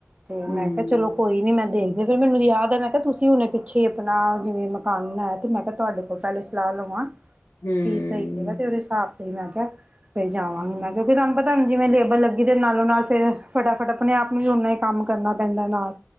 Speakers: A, on the right (about 25°); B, on the left (about 75°).
A: ਤੇ ਮੈਂ
B: ਹੂੰ
A: ਕਿਹਾ ਚਲੋ ਕੋਈ ਨੀ ਮੈਂ ਦੇਖਦੇ, ਫਿਰ ਮੈਨੂੰ ਯਾਦ ਹੈ ਮੈਂ ਕਿਹਾ ਤੁਸੀਂ ਹੁਣੇ ਪਿੱਛੇ ਆਪਣਾ ਜਿਵੇਂ ਮਕਾਨ ਬਣਾਇਆ, ਮੈਂ ਕਿਹਾ ਤੁਹਾਡੇ ਕੋਲ ਪਹਿਲੇ ਸਲਾਹ ਲਵਾਂ,
B: ਹੂੰ
A: ਕੀ ਸਹੀ ਹੈਗਾ, ਤੇ ਉਹਦੇ ਹਿਸਾਬ ਤੇ ਮੈਂ ਕਿਹਾ ਫਿਰ ਜਾ
B: ਹਮ।।
A: ਮੈ ਕਿਹਾ ਫਿਰ ਤੁਹਾਨੂੰ ਪਤਾ ਹੁਣ ਜਿਵੇਂ ਲੇਬਰ ਲੱਗੀ, ਤੇ ਨਾਲੋਂ ਨਾਲ ਫਿਰ ਫਟਾਫਟ ਆਪਣੇ ਆਪ ਨੂੰ ਵੀ ਓਨਾ ਹੀ ਕੰਮ ਕਰਨਾ ਪੈਂਦਾ ਨਾਲ।